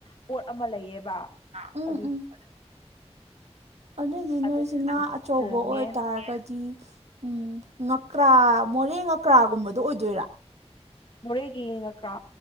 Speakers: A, on the left; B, on the right.
A: ꯄꯣꯠ ꯑꯃ ꯂꯩꯌꯦꯕ
B: ꯎꯝ
A: ꯑꯗꯨꯒꯤ
B: ꯎꯝ ꯑꯗꯨꯏꯗꯤ
A: ꯑꯗꯨ
B: ꯅꯣꯏꯁꯨ ꯉꯥ ꯑꯆꯧꯕ
A: ꯊꯣꯡꯉꯦ
B: ꯑꯣꯏꯇꯥꯔꯒꯗꯤ ꯎꯝ ꯉꯀ꯭ꯔꯥ ꯃꯣꯔꯦ ꯉꯀ꯭ꯔꯥꯒꯨꯝꯕꯗꯣ ꯑꯣꯏꯗꯣꯏꯔꯥ
A: ꯃꯣꯔꯦꯒꯤ ꯉꯀ꯭ꯔꯥ